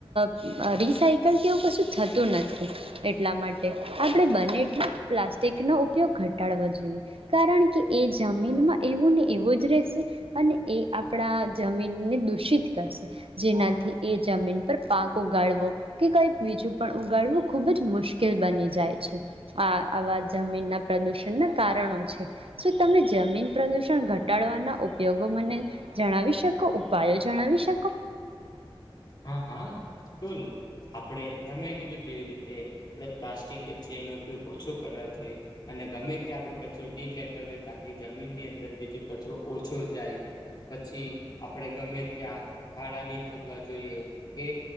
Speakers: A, on the right; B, on the left.
A: અહ રિસાયકલ કે એવું કશું થતું નથી એટલા માટે આપણે બને એટલું પ્લાસ્ટિકનો ઉપયોગ ઘટાડવો જોઈએ કારણ કે એ જમીનમાં એવું ને એવું જ રહેશે અને એ આપણા જમીનને દૂષિત કરશે, જેનાથી એ જમીન પર પાક ઉગાડવો કે કંઈક બીજું પણ ઉગાડવું ખુબ જ મુશ્કેલ બની જાય છે. આ આવા જમીન ના પ્રદુષણ ના કારણો છે. શું તમે જમીન પ્રદુષણ ઘટાડવાના ઉપયોગો મને જણાવી શકો, ઉપાયો જણાવી શકો?
B: હા હા. કુલ આપ આપણે તમે કીધું તેવી રીતે આપણે પ્લાસ્ટિક જે છે એનો ઉપયોગ ઓછો કરવા જોઈએ, અને ગમે ત્યાં આપણે કચરો નહી ફેંકવા જોઈએ તાકી જમીનની અંદર જેથી કચરો ઓછો જાય. પછી આપણે ગમે ત્યાં ખાડા ની ખોદવા જોઈએ કે